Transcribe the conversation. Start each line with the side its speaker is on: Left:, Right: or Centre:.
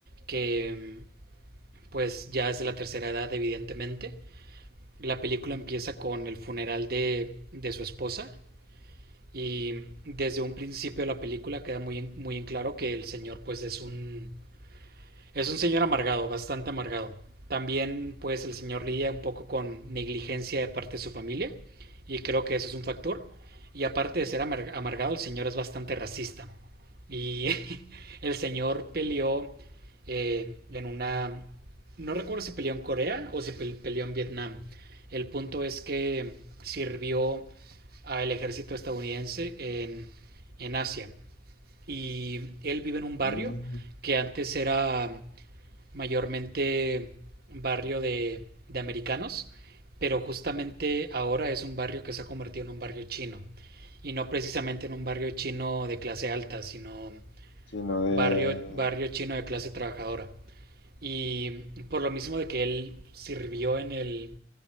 Right: que em, pues ya es de la tercera edad, evidentemente. La película empieza con el funeral de, de su esposa y desde un principio de la película queda muy en, muy en claro que el señor pues es un Es un señor amargado, bastante amargado. También, pues, el señor lidia un poco con negligencia de parte de su familia, y creo que eso es un factor. Y aparte de ser amar- amargado, el señor es bastante racista. Y <laughs> el señor peleó eh, en una... No recuerdo si peleó en Corea o si pe- peleó en Vietnam. El punto es que sirvió al ejército estadounidense en, en Asia y él vive en un barrio
Left: mm,
Right: que antes era mayormente barrio de, de americanos, pero justamente ahora es un barrio que se ha convertido en un barrio chino. Y no precisamente en un barrio chino de clase alta, sino
Left: sino
Right: barrio,
Left: de...
Right: barrio chino de clase trabajadora. Y por lo mismo de que él sirvió en el,